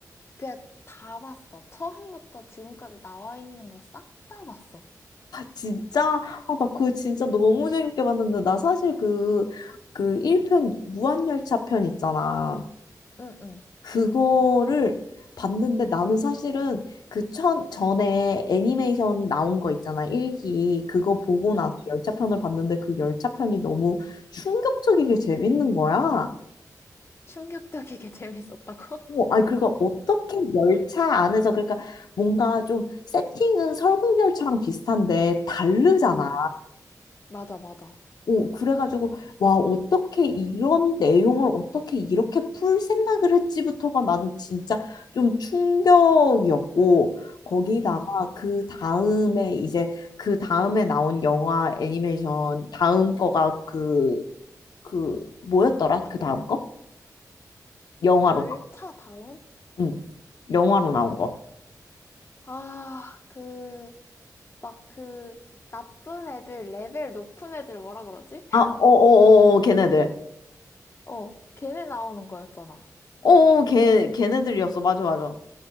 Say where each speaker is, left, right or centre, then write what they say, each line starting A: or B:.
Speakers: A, on the left; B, on the left.
A: 그냥 다 봤어. 처음부터 지금까지 나와 있는 거 싹 다 봤어.
B: 진짜? 아, 나 그거 진짜 너무 재밌게 봤는데, 나 사실 그, 그 1편, 무한열차 편 있잖아.
A: 응, 응,
B: 그거를 봤는데 나는 사실은 그 천, 전에 애니메이션 나온 거 있잖아. 1기. 그거 보고 나서
A: 응.
B: 열차편을 봤는데 그 열차편이 너무 충격적이게 재밌는 거야.
A: 충격적이게 <laughs> 재밌었다고?
B: 오, 아, 그러니까 어떻게 열차 안에서, 그러니까 뭔가 좀 세팅은 설국열차랑 비슷한데 다르잖아
A: 응, 맞아, 맞아.
B: 오, 그래가지고, 와, 어떻게 이런 내용을 어떻게 이렇게 풀 생각을 했지부터가 나는 진짜 좀 충격이었고, 거기다가
A: 응.
B: 그 다음에 이제 그 다음에 나온 영화 애니메이션 다음 거가 그, 그, 뭐였더라? 그 다음 거? 영화로,
A: 열차 다음?
B: 응, 영화로 나온 거.
A: 아, 그, 막 그, 나쁜 애들, 레벨 높은 애들 뭐라 그러지?
B: 아, 어어어, 걔네들.
A: <laughs> 어, 걔네 나오는 거였잖아.
B: 어어, 걔, 걔네들이었어. 맞아, 맞아.